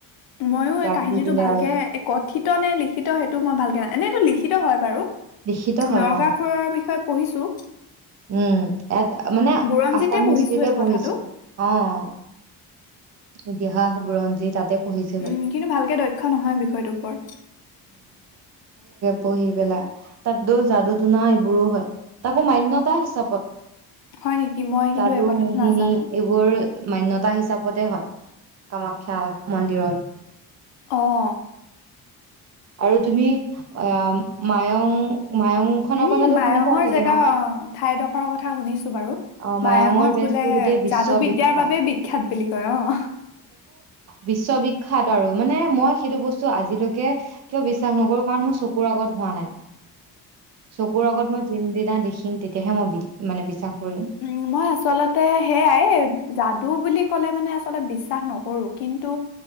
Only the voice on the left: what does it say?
ময়ো
এই কাহিনীটো
ভালকে
এ কথিত নে লিখিত সেইটো মই ভালকে ন এনেটো লিখি লিখিত হয় বাৰু
নৰকাসুৰৰ
বিষয়ে পঢ়িছোঁ।
বুৰঞ্জীতে
পঢ়িছোঁ
এইটো
কথাটো।
উম কিন্তু ভালকে দক্ষ নহয় বিষয়টোৰ ওপৰত
হয় নেকি? মই কিন্তু
এই কথাটো
নাজানো।
অঁ
উম
মায়ঙৰ
জেগা
অ ঠাইডখৰৰ কথা শুনিছো বাৰু
মায়ঙত
বোলে
যাদু বিদ্যাৰ বাবেই বিখ্যাত বুলি কয় অ
উম মই আচলতে সেইয়াই যাদু বুলি ক'লে মানে আচলতে বিশ্বাস নকৰো কিন্তু